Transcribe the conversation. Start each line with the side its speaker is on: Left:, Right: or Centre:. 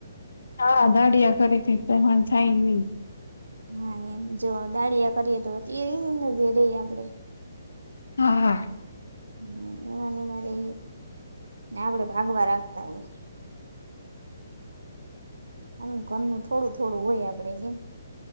Left: હા દાડિયા <inaudible> થાય નહી
Right: હા એમ જો દાળીયા કરીએ તો <inaudible> નરે આપડે
Left: હા હા
Right: હ એમાંને મારે ને આપડે ભાગવા રાખતા હોય આમ ઘરનું થોડું થોડું હોય આપડે કે